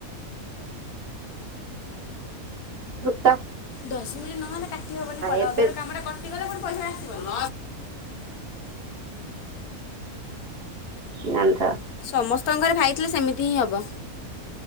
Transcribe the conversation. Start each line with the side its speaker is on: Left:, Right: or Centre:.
Right: ତା <inaudible>
Left: ଦଶ ମିନିଟ୍ ନହେଲେ କାଟି ହବନି ଭ
Right: ଏବେ
Left: ଅଧାର କାମଟା କଟିଗଲେ ପୁଣି ପଇସା ଆସିବନି।
Right: ଜାଣିଥା
Left: ସମସ୍ତ ଘରେ ଭାଇଥିଲେ ସେମିତି ହିଁ ହେବ।